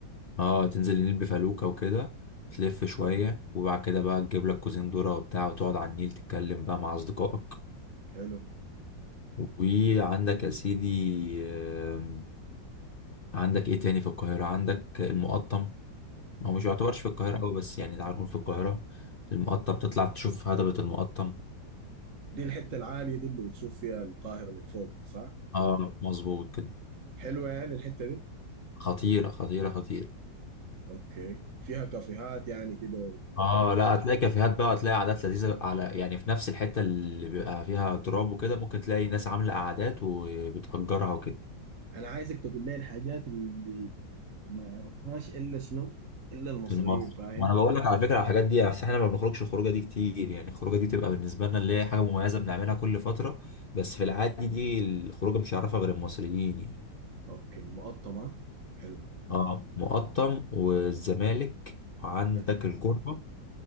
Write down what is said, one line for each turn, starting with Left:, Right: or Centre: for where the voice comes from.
Left: آه، تنزل النيل بفلوكة وكده تلف شوية وبعد كده بقى تجيب لك كوزين ذرة وبتاع وتقعد على النيل تتكلم بقى مع أصدقائك
Right: حلو
Left: وعندك يا سيدي آم، عندك ايه تاني في القاهرة عندك المقطم هو مش يعتبرش
Right: أها.
Left: في القاهرة أوي بس يعني تعال نقول في القاهرة المقطم تطلع تشوف هضبة المقطم
Right: دي الحته العاليه دي اللي بتشوف فيها القاهره من فوق دي صح
Left: اه مظبوط كده
Right: حلوه يعني الحته دي
Left: خطيرة خطيرة خطيرة
Right: اوكي فيها كافيهات يعني كده
Left: اه
Right: وبتاع
Left: لا هتلاقي كافيهات بقى هتلاقي قعدات لذيذه على يعني في نفس الحته اللي بيبقى فيها تراب وكده ممكن تلاقي ناس عامله قعدات وبتأجرها وكده
Right: انا عايزك تقول لي الحاجات اللي ما يعرفهاش الا شنو الا المصريين
Left: في المصر
Right: فاهم
Left: وانا بقول لك على فكره على الحاجات دي بس احنا ما بنخرجش الخروجه دي كتير يعني الخروجه دي تبقى بالنسبه لنا اللي هي حاجه مميزه بنعملها كل فتره بس في العادي دي الخروجه مش هيعرفها غير المصريين يعني
Right: اوكي المقطمه حلو
Left: اه مقطم والزمالك وعندك
Right: حلو
Left: الكوربه